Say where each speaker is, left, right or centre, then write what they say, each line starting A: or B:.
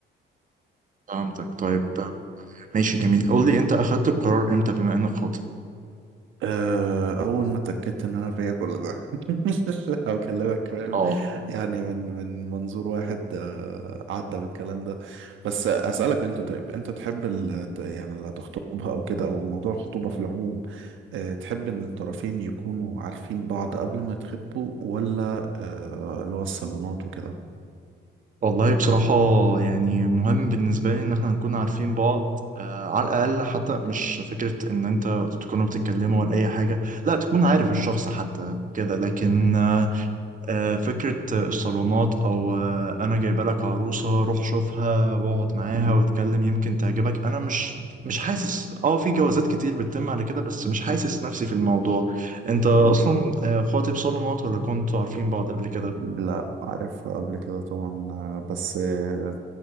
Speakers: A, on the right; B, on the right.
A: فهمتك طيب ماشي جميل قول لي انت اخدت القرار امتى بما انك خاطب
B: آه، أول ما اتأكدت إن أنا فيا كل ده <laughs> هكلمك فاهم
A: اه
B: يعني من من منظور واحد آه، عدى بالكلام ده بس أسألك أنت طيب أنت تحب ال- ت- يعني اللي هتخطبها أو كده أو موضوع الخطوبة في العموم آه، تحب إن الطرفين يكونوا عارفين بعض قبل ما يتخطبوا ولا آه، اللي هو الصالونات وكده؟
A: والله بصراحة يعني مهم بالنسبة لي ان احنا نكون عارفين بعض آه على الاقل حتى مش فكرة ان انت تكونوا بتتكلموا ولا اي حاجة لا تكون عارف
B: مم.
A: الشخص حتى كده لكن آه آه، فكرة الصالونات أو آه، أنا جايبة لك عروسة روح شوفها واقعد معاها
B: مم.
A: واتكلم يمكن تعجبك أنا مش مش حاسس أه في جوازات كتير بتتم على كده بس مش حاسس نفسي في الموضوع أنت أصلا
B: مم.
A: آه، خاطب صالونات ولا كنتوا عارفين بعض قبل كده؟
B: لا عارفها قبل كده طبعا آه، بس آه،